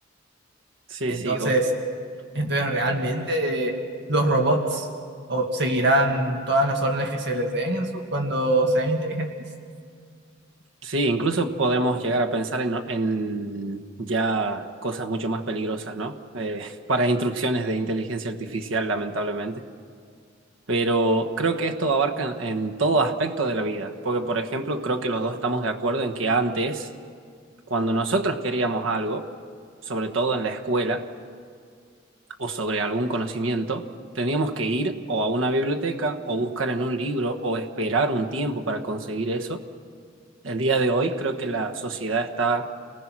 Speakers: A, on the right; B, on the right.
A: Sí,
B: Entonces,
A: sí, obvio.
B: Entonces, realmente los robots o, seguirán todas las órdenes que se les den en su, cuando sean inteligentes.
A: Sí, incluso podemos llegar a pensar en, en ya cosas mucho más peligrosas, ¿no? Eh, <laughs> para instrucciones de inteligencia artificial, lamentablemente. Pero creo que esto abarca en, en todo aspecto de la vida, porque, por ejemplo, creo que los dos estamos de acuerdo en que antes, cuando nosotros queríamos algo, sobre todo en la escuela, o sobre algún conocimiento, teníamos que ir o a una biblioteca o buscar en un libro o esperar un tiempo para conseguir eso. El día de hoy creo que la sociedad está